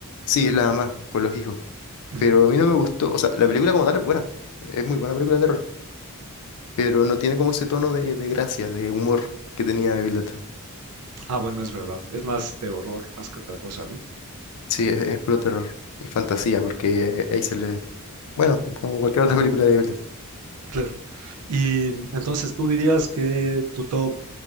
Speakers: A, on the left; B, on the right.
A: Sí, es la mamá con los hijos.
B: Ujú.
A: Pero a mí no me gustó. O sea, la película como tal es buena. Es muy buena película de terror. Pero no tiene como ese tono de, de gracia, de humor que tenía Evil Dead.
B: Ah, bueno, es verdad. Es más de horror, más que otra cosa, ¿no?
A: Sí, es, es puro terror y fantasía, porque ahí se le... Bueno, como cualquier otra película de Villeneuve.
B: Claro. Y entonces tú dirías que tu top,